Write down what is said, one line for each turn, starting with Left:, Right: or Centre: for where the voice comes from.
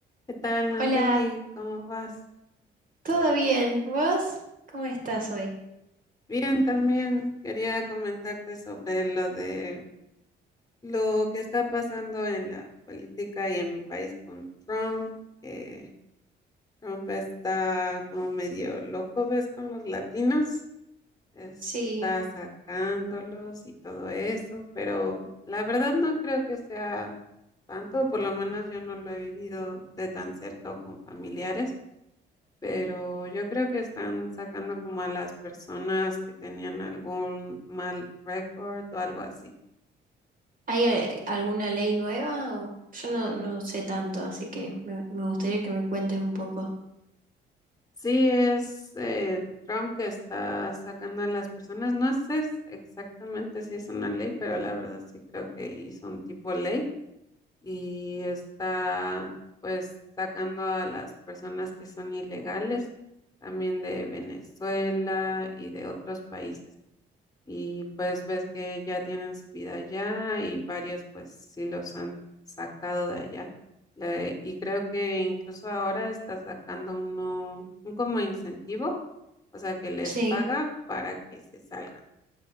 Left: ¿Qué tal, Natalie?
Right: Hola,
Left: ¿Cómo vas?
Right: ¿todo bien? ¿Vos? ¿Cómo estás hoy?
Left: Bien, también quería comentarte sobre lo de lo que está pasando en la política y en mi país con Trump, que Trump está como medio loco, ¿ves? Con los latinos, está
Right: Sí,
Left: sacándolos y todo eso, pero la verdad no creo que sea tanto, por lo menos yo no lo he vivido de tan cerca o con familiares. pero yo creo que están sacando como a las personas que tenían algún mal récord o algo así.
Right: ¿hay a- alguna ley nueva? O... Yo no, no sé tanto, así que me, me gustaría que me cuentes un poco.
Left: Sí, es eh, Trump que está sacando a las personas. No sé s- exactamente si es una ley, pero la verdad sí creo que hizo un tipo ley y está pues sacando a las personas que son ilegales también de Venezuela y de otros países. y pues ves que ya tienen su vida allá y varios pues sí los han sacado de allá. Le- y creo que incluso ahora está sacando uno, un como incentivo, o sea que les
Right: Sí.
Left: paga para que se salgan.